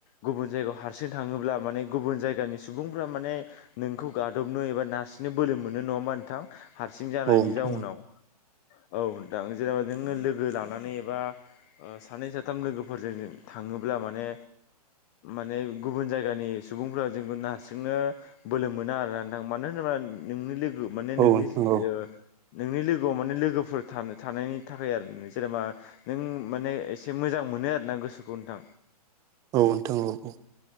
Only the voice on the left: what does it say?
गुबुन जायगायाव हारसिं थाङोब्ला माने गुबुन जायगानि सुबुंफ्रा माने नोंखौ गादबनो एबा नारसि बिदिनो बोलो मोनो नङा होनबा नोंथां हारसिं जानायनि
जाउनाव औ नोंथां जेनेबा जोंङो लोगो लानानै एबा ओ सानै साथाम लोगोफोरजों थाङोब्ला माने माने गुबुन जायगानि सुबुंफ्रा जोंखौ नारसिंनो बोलो मोना आरो ना नोंथां मानो होनोब्ला नोंनि लोगो माने
नोंनि
ओ नोंनि लोगोआव माने लोगोफोर थान थानायनि थाखाय आरो जेनेबा नों माने एसे मोजां मोनो आरो ना गोसोखौ नोंथां